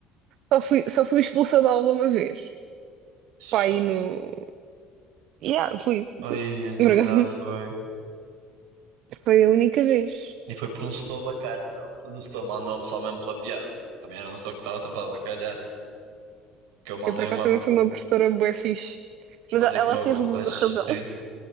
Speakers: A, on the right; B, on the right.
A: Só fui, só fui expulsa da aula uma vez.
B: Cristiano.
A: Pai, no. Yeah, fui,
B: Ai,
A: fui.
B: eu também
A: Por acaso,
B: já foi.
A: Foi a única vez.
B: E foi por um setor bacana, meu. Mas o setor mandou-me só mesmo pela piada. Eu também era um setor que estava sempre a bacalhar. Que eu mandei
A: Eu, por acaso,
B: uma.
A: também
B: bo-
A: fui uma professora bué fixe. Mas
B: Mandei
A: a- ela
B: com uma
A: teve
B: borracha.
A: razão.
B: Sim,
A: <laughs>